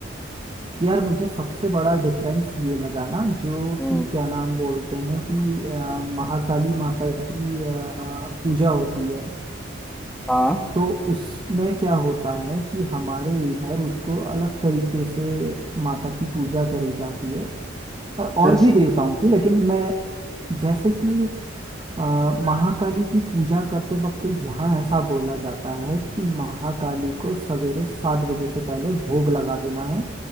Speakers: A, on the right (about 25°); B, in the centre.
A: यार मुझे सबसे बड़ा डिफरेंस ये लगा ना जो
B: हम्म
A: कि क्या नाम बोलते हैं कि अ, महाकाली माता की अ, पूजा होती है
B: हाँ
A: तो उसमें क्या होता है कि हमारे इधर उसको अलग तरीके से माता की पूजा करी जाती है और और
B: जैसे
A: भी देवताओं की लेकिन मैं जैसे कि अ, महाकाली की पूजा करते वक्त यहाँ ऐसा बोला जाता है कि महाकाली को सवेरे सात बजे से पहले भोग लगा देना है